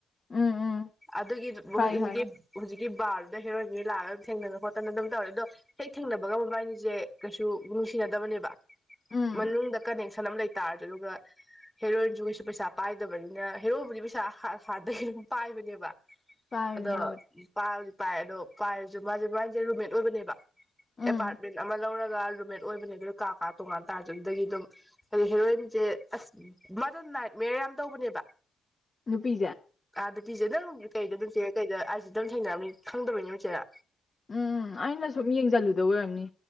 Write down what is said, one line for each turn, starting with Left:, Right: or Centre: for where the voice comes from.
Left: ꯎꯝ ꯎꯝ
Centre: <unintelligible>
Left: ꯈꯪꯉꯦ ꯈꯪꯉꯦ
Centre: ꯒꯤ ꯕꯥꯜꯗꯨꯗ ꯍꯦꯔꯣꯏꯕ ꯂꯥꯛꯑꯒ ꯑꯗꯨꯝ ꯊꯦꯡꯅ ꯈꯣꯠꯇꯅ ꯑꯗꯨꯝ ꯇꯧꯔꯦ ꯑꯗꯣ ꯍꯦꯛ ꯊꯦꯡꯅꯕꯒ ꯃꯕꯥꯅꯤꯁꯦ ꯀꯩꯁꯨ ꯅꯨꯡꯁꯤꯅꯗꯕꯅꯦꯕ
Left: ꯎꯝ
Centre: ꯃꯅꯨꯡꯗ ꯀꯅꯦꯛꯁꯟ ꯑꯃ ꯂꯩꯇ ꯇꯥꯔꯁꯨ ꯑꯗꯨꯒ ꯍꯦꯔꯣꯏꯟꯁꯨ ꯀꯩꯁꯨ ꯄꯩꯁꯥ ꯄꯥꯏꯗꯕꯅꯤꯅ ꯍꯦꯔꯣꯏꯕꯨꯗꯤ ꯄꯩꯁꯥ ꯍꯥꯟꯅꯗꯒꯤ ꯑꯗꯨꯝ ꯄꯥꯏꯕꯅꯦꯕ ꯑꯗꯨ
Left: ꯄꯥꯏꯕꯅꯦ ꯃꯥꯕꯨꯗꯤ
Centre: ꯄꯜ ꯄꯥꯏ ꯑꯗꯣ ꯄꯥꯏꯔꯁꯨ ꯃꯥꯁꯦ ꯃꯥꯁꯦ ꯔꯨꯝꯃꯦꯠ ꯑꯣꯏꯕꯅꯦꯕ
Left: ꯎꯝ
Centre: ꯑꯦꯄꯥꯔꯠꯃꯦꯟ ꯑꯃ ꯂꯧꯔꯒ ꯔꯨꯝꯃꯦꯠ ꯑꯣꯏꯕꯅꯦ ꯑꯗꯨꯗ ꯀꯥ ꯀꯥ ꯇꯣꯡꯉꯥꯟ ꯇꯥꯔꯁꯨ ꯑꯗꯨꯗꯒꯤ ꯑꯗꯨꯝ ꯑꯗꯣ ꯍꯦꯔꯣꯏꯟꯁꯦ ꯑꯁ ꯃꯗꫭ ꯅꯥꯏꯠ ꯃꯤꯌꯔ ꯌꯥꯝ ꯇꯧꯕꯅꯦꯕ
Left: ꯅꯨꯄꯤꯖꯦ
Centre: ꯑꯥ ꯅꯨꯄꯤꯖꯦ ꯅꯪ ꯀꯩꯗ <unintelligible> ꯀꯩꯗ ꯑꯗꯨꯝ ꯊꯦꯡꯅꯔꯝꯅꯤ ꯈꯪꯗꯕꯩꯅꯦ ꯆꯦꯅ
Left: ꯎꯝ ꯑꯩꯅ ꯁꯨꯝ ꯌꯦꯡꯁꯤꯜꯂꯨꯗ ꯑꯣꯏꯔꯝꯅꯤ